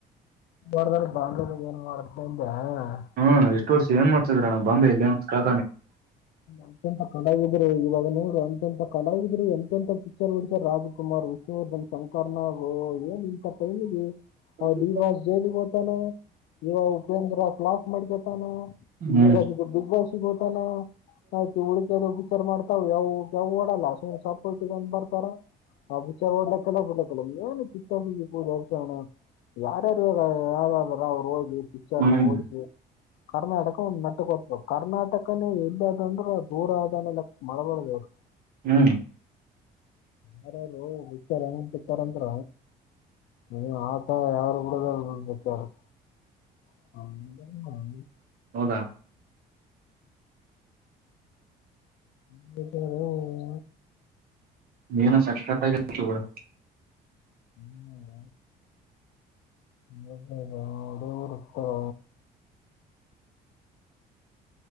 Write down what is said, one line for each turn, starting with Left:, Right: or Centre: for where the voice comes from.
Left: ಡದಲ್ಲಿ ಬಾಂಭೋ ಬಜಾರ್ <unintelligible>
Right: ಹ್ಮ ಇಷ್ಟವರ್ಷ ಏನ್ ಮಾಡ್ತಿದೀರ ಅಣ್ಣಾ ಬಾಂಬೆ ಅಲ್ಲಿ.
Left: ಅಂತಂತ ಕಲಾವಿದ್ರಿ ಇವಾಗ ನೋಡ ಅಂತಂತ ಕಲಾವಿದ್ರರು ಎಂತಂತ. ಪಿಕ್ಚರ್ ಬಿಡ್ತಾರೆ ರಾಜಕುಮಾರ್ ವಿಷ್ಣುವರ್ಧನ್ ಶಂಕರ್ನಾಗ್ ಏನ್ ಇಂತ ಟೈಮಗಿ.
Right: ಹೌದು.
Left: ಡಿ ಬಾಸ್ ಜೈಲಗೆ ಹೋಗ್ತಾನ ಇವ ಉಪೇಂದ್ರ <unintelligible> ಮಾಡ್ಕತಾನ
Right: ಹ್ಮ್
Left: ಇ ಬಿಗ್ ಬಾಸಿಗ ಹೋಗ್ತಾನ. ಆಯ್ತು ಉಳಿತ ಬಿಚಾರ ಮಾಡ್ತಾವು ಯಾವು ಕೆವು ಓಡಲ್ಲ ಸುಮ್ ಸಪ್ಪಟ್ಟಗೊಂಡ್ ಬರ್ತಾರ. <unintelligible> ಯಾರ್ಯಾರು ಇಗ ಯಾರಾದಾರ ಅವ್ರು ಹಓದಿ ಪಿಕ್ಚರ್ನ
Right: ಹ್ಮ್
Left: ಓಡಿಸಿ. ಕರ್ನಾಟಕ ಒಂದ್ ನೆಟ್ಟ ಕೊಟ್ಬೇಕ ಕರ್ನಾಟಕನೇ ಎಲ್ಲಿದಂದ್ರೆ ದೂರ ಆದ <unintelligible> <inaudible>
Right: ಹ್ಮ್.
Left: ಯಾರ ಯಾರರು <unintelligible> ಏನ ಬಿತಾರಂದ್ರ. ಹ್ಮ ಆತ ಯಾರ. <unintelligible> <inaudible>
Right: ಹೌದಾ
Left: <unintelligible>
Right: ನೀನು ಸಕ್ಕತಾಗೆ <unintelligible> ಬಿಡು.
Left: <inaudible> <unintelligible>